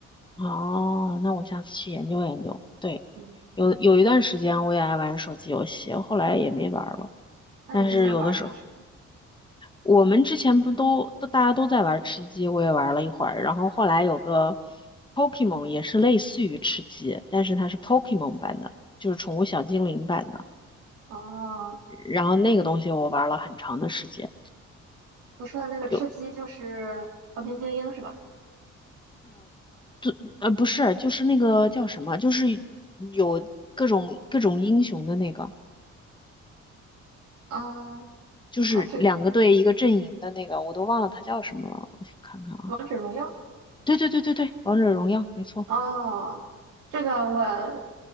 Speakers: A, on the left; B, on the right.
A: 哦，那我下次去研究研究。对，
B: 嗯，
A: 有有一段时间我也爱玩手机游戏，后来也没玩儿了。
B: 那你之前玩的是什么？
A: 但是有的时候，我们之前不都都大家都在玩吃鸡，我也玩了一会儿，然后后来有个 Pokemon 也是类似于吃鸡，但是它是 Pokemon 版的，就是宠物小精灵版的。
B: 哦，
A: 然后那个东西我玩了很长的时间，
B: 你说的那个吃鸡就是《和平精英》是吧？
A: 就就呃不是，就是那个叫什么，就是有各种各种英雄的那个，
B: 嗯，
A: 就是两个队一个阵营的那个，
B: 啊，这个
A: 我都忘了它叫什么了，我去看看啊。
B: 《王者荣耀》
A: 对对对对对，王者荣耀没错，
B: 哦，这个我